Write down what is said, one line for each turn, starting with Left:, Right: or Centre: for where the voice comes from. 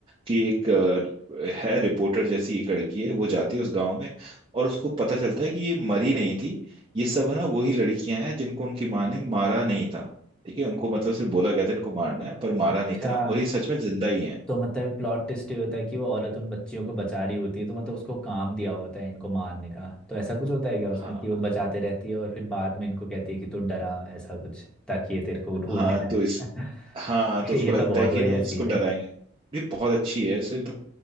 Right: कि एक अ, है रिपोर्टर जैसी एक लड़की है वो जाती है उस गांव में और उसको पता चलता है कि ये मरी नहीं थी ये सब है ना वही लड़कियां हैं जिनको उनकी माँ ने मारा नहीं था ठीक है उनको मतलब सिर्फ बोला गया था इनको मारना है पर मारा
Centre: अच्छा
Right: नहीं था और ये सच में जिंदा ही
Centre: तो मतलब प्लॉट ट्विस्ट ये होता है कि वो औरत उन बच्चियों को बचा रही होती है तो मतलब उसको काम दिया होता है इनको मारने का तो ऐसा कुछ होता है क्या उसमें
Right: है
Centre: कि वो बचाते रहती है और फिर बाद में इनको कहती है कि तू डरा ऐसा कुछ ताकि ये तेरे को ढूंढने
Right: हाँ
Centre: ना आए
Right: तो इस
Centre: <laughs>
Right: हाँ तो उसको
Centre: ये
Right: लगता
Centre: तो बहुत
Right: है कि
Centre: बढ़िया
Right: ना
Centre: सीन
Right: इसको डराएंगे
Centre: है
Right: ये बहुत अच्छी है ऐसे तो